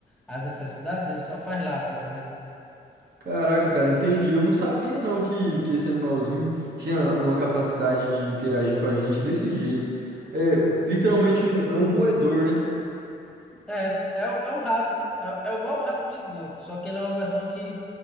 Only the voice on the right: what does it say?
caraca, cara, entendi. Eu não sabia não que, que esse animalzinho tinha uma capacidade de interagir com a gente desse jeito. É, literalmente
um, é um roedor, né?